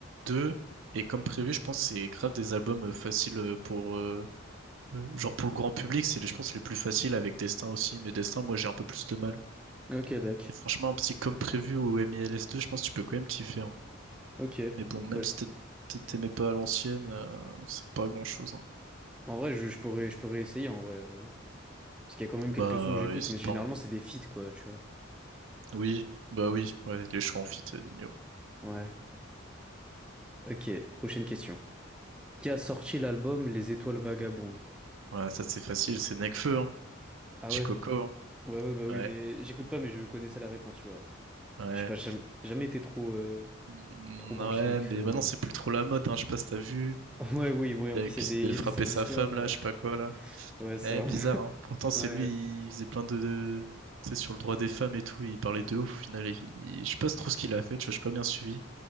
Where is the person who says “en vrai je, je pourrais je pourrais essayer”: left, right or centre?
Centre